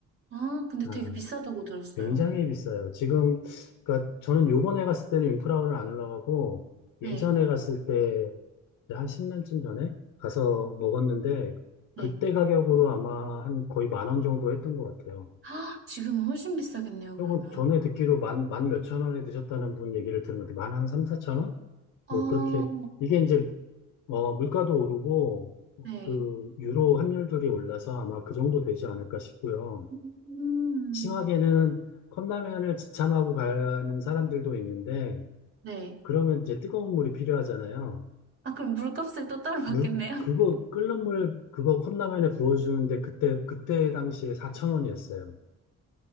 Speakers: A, on the right; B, on the left.
A: 아, 근데
B: 아,
A: 되게 비싸다고 들었어요.
B: 굉장히 비싸요. 지금, 그니까 저는 요번에 갔을 때는 융프라우를 안 올라가고 예전에
A: 네,
B: 갔을 때 한 10년쯤 전에 가서 먹었는데
A: 네.
B: 그때 가격으로 아마 한 거의 만원 정도 했던 것 같아요.
A: 아, 지금은 훨씬 비싸겠네요,
B: 조금
A: 그러면.
B: 전에 듣기로 만, 만 몇천 원에 드셨다는 분 얘기를 들은 것 같아요. 만한 삼사천 원?
A: 아,
B: 뭐 그렇게. 이게 이제, 어, 물가도 오르고,
A: 네.
B: 그, 유로 환율들이 올라서 아마 그 정도 되지 않을까 싶고요.
A: 음,
B: 심하게는 컵라면을 지참하고 가는 사람들도 있는데,
A: 네.
B: 그러면 이제 뜨거운 물이 필요하잖아요.
A: 아, 그럼 물값을 또 따로 받겠네요?
B: 물, 그거, 끓는 물, 그거 컵라면에 부어주는데 그때, 그때 당시에 사천 원이었어요.